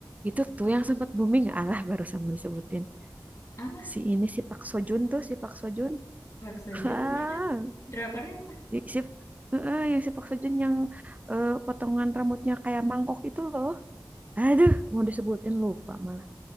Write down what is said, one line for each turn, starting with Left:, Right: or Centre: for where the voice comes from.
Right: Itu tuh yang sempat booming, alah barusan mau disebutin.
Left: Apa?
Right: Si ini si Pak Sojun tuh, si Pak Sojun.
Left: Maksudnya
Right: Hah,
Left: bilangnya drakornya apa?
Right: i- si Heeh, yang si Pak Sojun yang eh, potongan rambutnya kayak mangkok itu loh. Aduh, mau disebutin lupa malah.